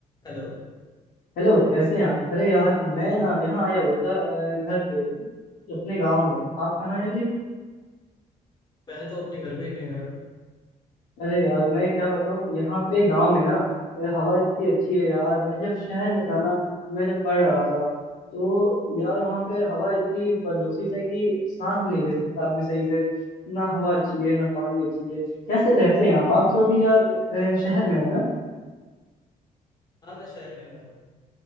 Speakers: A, on the left; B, on the left.
A: Hello
B: Hello कैसे हैं आप अरे यार मैं ना यहाँ आया हुआ था अ, घर पे अपने गांव में आप कहाँ हैं अभी
A: मैं तो अपने घर पे ही हूँ यार
B: अरे यार मैं क्या बताऊँ यहाँ पे गांव में ना अ, हवा इतनी अच्छी है यार मैं जब शहर में था ना मैं जब पढ़ रहा था तो यार वहाँ पे हवा इतनी प्रदूषित है कि सांस भी नहीं ले सकता आदमी सही से ना हवा अच्छी है ना पानी अच्छी है कैसे रहते हैं आप आप तो अभी यार अ, शहर में हो ना
A: हाँ मैं शहर में हूँ यार